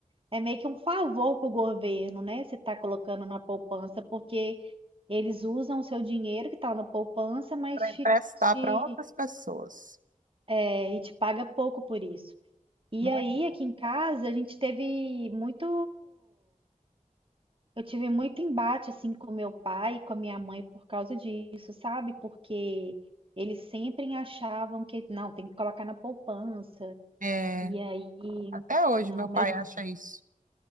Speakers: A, on the right; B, on the right.
A: é meio que um favor pro governo, né? Você tá colocando na poupança porque eles usam o seu dinheiro que tá na poupança, mas
B: para
A: te,
B: emprestar
A: te-
B: para outras pessoas.
A: é, e te paga pouco por isso. E
B: Muito.
A: aí, aqui em casa, a gente teve muito Eu tive muito embate assim com meu pai e com a minha mãe por causa disso, sabe? Porque eles sempre achavam que não, tem que colocar na poupança.
B: É,
A: E aí,
B: até hoje
A: não,
B: meu
A: mas
B: pai acha isso.